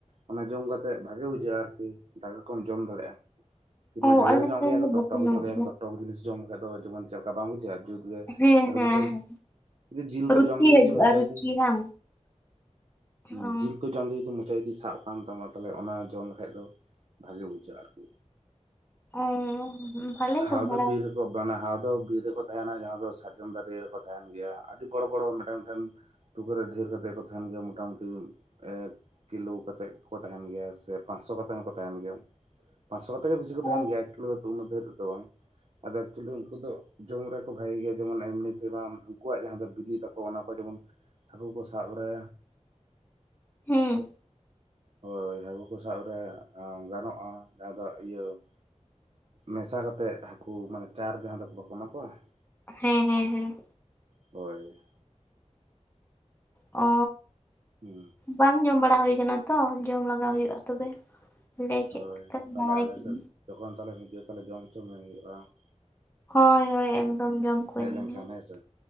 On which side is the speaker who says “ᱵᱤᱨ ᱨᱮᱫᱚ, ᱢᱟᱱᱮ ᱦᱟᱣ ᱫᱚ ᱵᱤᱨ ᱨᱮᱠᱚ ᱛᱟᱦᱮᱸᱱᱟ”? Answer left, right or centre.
Right